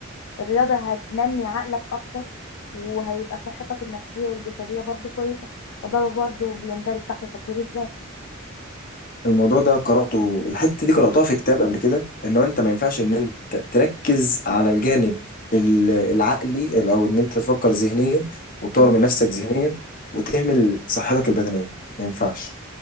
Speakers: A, on the left; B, on the left.
A: الرياضه هتنمي عقلك اكتر وهيبقى صحتك النفسيه والجسديه برضو كويسه وده برضو بيندرج تحت تطوير الذات
B: الموضوع ده قرأته الحتة دي قرأتها في كتاب قبل كده ان هو انت ما ينفعش ان انت تركز على الجانب ال- العقلي ال- او ان انت تفكر ذهنيا وتطور
A: مم،
B: من نفسك ذهنيا وتهمل صحتك البدنية ما ينفعش